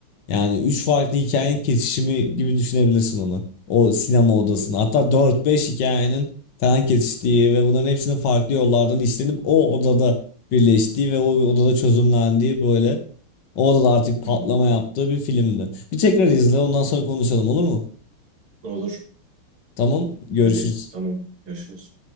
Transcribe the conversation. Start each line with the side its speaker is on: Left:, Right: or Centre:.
Left: Yani üç farklı hikayenin kesişimi gibi düşünebilirsin onu. O sinema odasını. Hatta dört, beş hikayenin falan kesiştiği ve bunların hepsinin farklı yollardan işlenip o odada birleştiği ve o odada çözümlendiği böyle o odada artık patlama
Right: Hı hı.
Left: yaptığı bir filmdi. Bir tekrar izle ondan sonra konuşalım olur mu?
Right: Olur.
Left: Tamam görüşürüz.
Right: Hadi tamam. Görüşürüz.